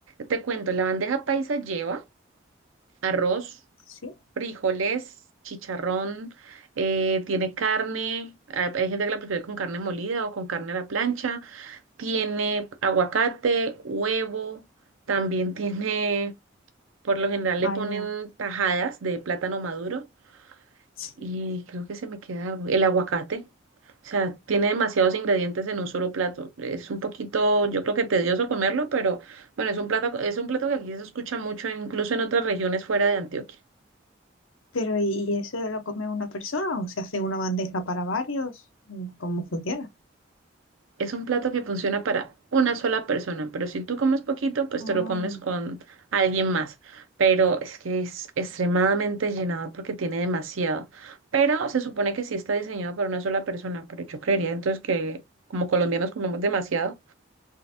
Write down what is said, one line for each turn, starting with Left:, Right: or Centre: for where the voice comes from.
Right: Te cuento, la bandeja paisa lleva arroz.
Left: Sí,
Right: frijoles, chicharrón, eh, tiene carne, hay, hay gente que la prefiere con carne molida o con carne a la plancha, tiene aguacate, huevo, también tiene, por lo general
Left: vaya,
Right: le ponen tajadas de plátano maduro
Left: sí.
Right: y creo que se me queda algo, el aguacate. O sea, tiene demasiados ingredientes en un solo plato. Es un poquito, yo creo que tedioso comerlo, pero bueno, es un plato, es un plato que aquí se escucha mucho, incluso en otras regiones fuera de Antioquia.
Left: Pero ¿y eso lo come una persona o se hace una bandeja para varios? ¿Cómo funciona?
Right: Es un plato que funciona para una sola persona, pero si tú comes poquito, pues
Left: Oh.
Right: te lo comes con alguien más. Pero es que es extremadamente llenador porque tiene demasiado. Pero se supone que sí está diseñado para una sola persona, pero yo creería entonces que como colombianos comemos demasiado